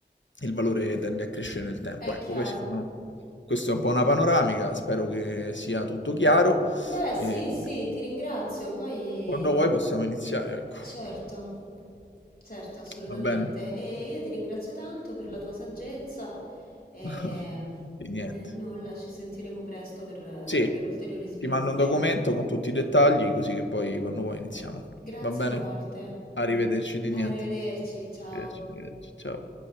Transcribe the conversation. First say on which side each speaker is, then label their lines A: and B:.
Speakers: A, on the left; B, on the left.
A: il valore tende a crescere nel tempo.
B: è
A: Ecco,
B: chiaro.
A: questi sono, questa è un po' una panoramica, spero che sia tutto chiaro
B: Beh, sì,
A: e
B: sì, ti ringrazio. Poi,
A: quando vuoi possiamo iniziare, ecco.
B: certo, certo, assolutamente.
A: Va bene?
B: E io ti ringrazio tanto per la tua saggezza e
A: <laughs> Di
B: eh,
A: niente.
B: nulla, ci sentiremo presto per, eh,
A: Sì,
B: per ulteriori sviluppi.
A: ti mando un documento con tutti i dettagli, così che poi quando vuoi iniziamo.
B: Grazie
A: Va bene?
B: molte.
A: Arrivederci di
B: Arrivederci,
A: niente.
B: ciao.
A: Arrivederci, arrivederci. Ciao.